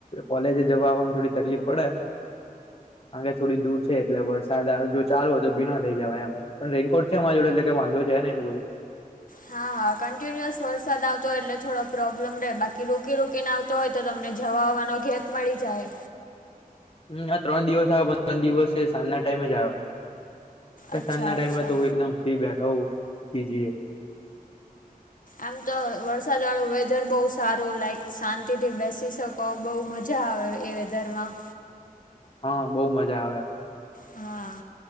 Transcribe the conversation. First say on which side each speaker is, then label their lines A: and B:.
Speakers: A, on the left (about 40°); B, on the left (about 60°).
A: કોલેજ જવાવામાં થોડી તકલીફ પડે. કાર કેે થોડી દૂર છે એટલે વરસાદ જો ચાલુ હોય તો ભીનાતો જવા એમ. પણ રેનકોટ છે મારી જોડ એટલે કે વાંધો છે ને એટલુ બધું.
B: હા હા કન્ટિન્યુઅસ વરસાદ આવતો હો એટલે થોડો પ્રોબ્લેમ રહે બાકી રોકી રોકીને આવતો હોય તો તમને જવા આવવાનો ગેપ મળી જાય.
A: હમ આ ત્રણ દિવસ આવે પણ ત્રણ દિવસ છે સાંજના ટાઈમે જ આવે છે.
B: અચ્છા
A: સાંજ ના ટાઈમ
B: અચ્છા.
A: તો હું એકદમ ફ્રી બેઠો હો પીજીએ.
B: આમ તો વરસાદ વાળું વેધર બહુ સારું લાઈક શાંતિ થી બેસી શક બઉ મજા આવે એ વેધરમાં.
A: હા બહુ મજા આવે.
B: હા.